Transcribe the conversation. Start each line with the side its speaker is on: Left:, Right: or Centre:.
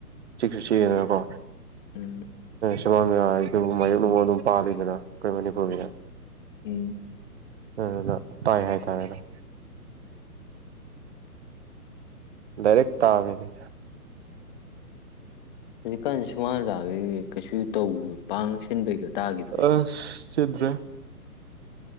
Right: ꯆꯤꯛꯁꯨ ꯆꯤꯛꯑꯦꯗꯅꯀꯣ꯫
Left: ꯎꯝ꯫
Right: ꯁꯨꯃꯥꯡꯗ <unintelligible> ꯃꯥꯏꯌꯣꯛꯅꯨꯡ ꯑꯗꯨꯝ ꯄꯥꯜꯂꯤꯗꯅ ꯑꯩꯈꯣꯏ ꯃꯅꯤꯄꯨꯔꯒꯤꯗꯤ
Left: ꯎꯝ꯫
Right: ꯑꯗꯨꯅ ꯍꯥꯏ ꯇꯔꯦꯅ ꯑꯗꯨꯝ꯫ ꯗꯥꯏꯔꯦꯛ ꯇꯥꯕꯤꯅꯦ꯫
Left: ꯍꯨꯖꯤꯛꯀꯥꯟꯖꯦ ꯁꯨꯃꯥꯡ ꯂꯤꯂꯥꯒ ꯀꯩꯁꯨ ꯇꯧ ꯄꯥꯡ ꯁꯤꯟꯕꯩꯒ ꯇꯥꯈꯤꯗ꯭ꯔꯦ
Right: ꯑꯁ꯫ ꯁꯤꯟꯗ꯭ꯔꯦ꯫